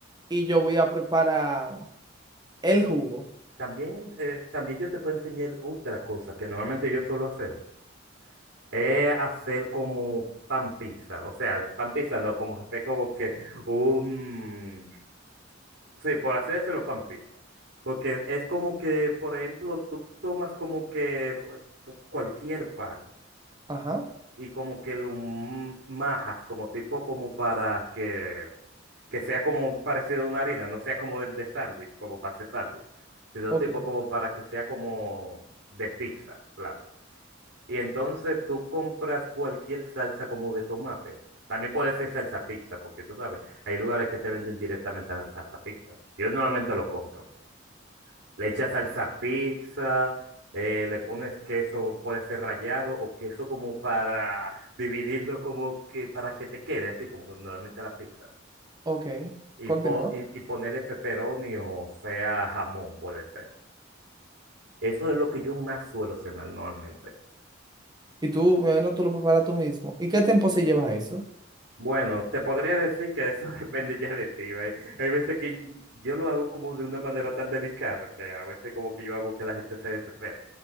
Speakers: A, on the right; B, on the right.
A: y yo voy a preparar el jugo.
B: También, eh, también yo te puedo enseñar otra cosa que normalmente yo suelo hacer, es hacer como pan pizza, o sea, pan pizza no, como hacer como que un, sí, por hacérselo pan pizza, porque es como que, por ejemplo, tú tomas como que r- cualquier pan.
A: Ajá.
B: y como que lo m- majas, como tipo como para que, que sea como parecido a una harina, no sea como del de sándwich, como para hacer sándwich, sino
A: Ok,
B: tipo como para que sea como de pizza, claro. Y entonces tú compras cualquier salsa como de tomate. También puede ser salsa pizza, porque tú sabes, hay lugares que te venden directamente la salsa pizza. Yo normalmente lo compro. Le echas salsa pizza, eh, le pones queso, puede ser rallado o queso como para dividirlo como que para que te quede así como normalmente la pizza.
A: ok.
B: Y,
A: Continúa.
B: po- y, y ponerle pepperoni o sea jamón puede ser. Eso es lo que yo más suelo cenar normalmente.
A: Y tú, bueno, tú lo preparas tú mismo. ¿Y qué tiempo se lleva eso?
B: Bueno, te podría decir que eso <laughs> depende ya de ti, ¿ve? Hay veces que yo lo hago como de una manera tan delicada que a veces como que yo hago que la gente se desespere.